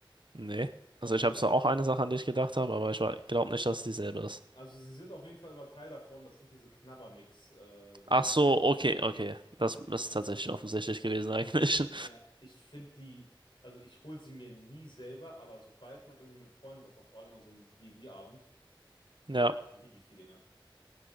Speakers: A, on the right (about 65°); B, on the left (about 70°).
A: Nee. Also
B: Okay.
A: ich habe zwar auch eine Sache, an die ich gedacht habe, aber ich glaube nicht, dass es dieselbe ist.
B: Also sie sind auf jeden Fall immer Teil davon. Das sind diese Knabbermix-Dinger.
A: Ach so, okay, okay. Das ist tatsächlich offensichtlich gewesen eigentlich. <laughs>
B: Ja, ich finde die, also ich hole sie mir nie selber, aber sobald man irgendwie mit Freunden was macht, vor allem an so einem D&D-Abend,
A: Ja.
B: liebe ich die Dinger.